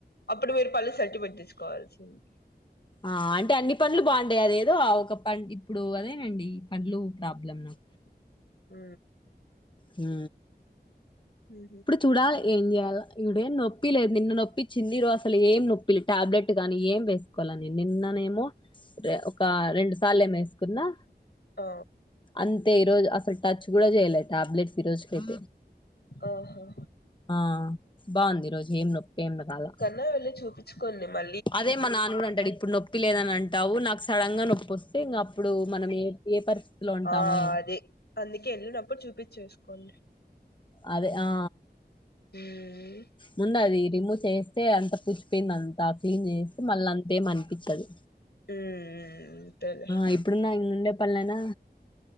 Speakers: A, on the left (about 75°); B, on the left (about 30°).
A: అప్పుడు మీరు పళ్ళు సెట్ పెట్టించుకోవాల్సింది
B: ఆ అంటే అన్ని పండ్లు బాగుంటాయి అదేదో ఒక పం ఇప్పుడు అదే అండి పండ్లు ప్రాబ్లం నం
A: ఉ
B: హు
A: ఉహు
B: చూడాలి ఏం చేయాలో ఇప్పుడెం నొప్పి లేదు నిన్న నోపించింది ఈ రోజు అసలు ఏం నొప్పి టాబ్లెట్ కానీ ఏం వేస్ కోలని నిన్ననేమో ఒక రెండు సార్లు ఏమో వేసుకున్నా
A: ఆ
B: అంతే ఈ రోజు అసలు టచ్ కూడా చేయ్యాలే టాబ్లెట్స్ ఈ రోజుకైతే
A: ఆహా
B: ఆ బాగుంది ఈ రోజు ఏం నొప్పి ఏం రాలా
A: డే వెళ్ళి చూపించుకోండి మరి
B: అదే మా నాన్న కూడా అంటాడు ఇప్పుడు నోప్ నొప్పి లేదని అంటావు నాకు సడన్ గా నొప్పొస్తే ఇంగ అప్పుడు మనం ఏ ఏ పరిస్థితిలో ఉంటామో
A: ఆ
B: ఏ
A: అదే అందుకే వెళ్ళినప్పుడు చూపించేసుకోండి
B: అదే ఆ
A: ఉమ్
B: ముందు అది రిమూవ్ చేస్తే అంత పుచ్చిపోయింది అం తా క్లీన్ చేస్తే మళ్ళ అంతే అనిపించదు
A: ఉ ఉ తేల్స్
B: ఆ ఇప్పుడున్న ఇన్ ఉండే పెళ్లయిన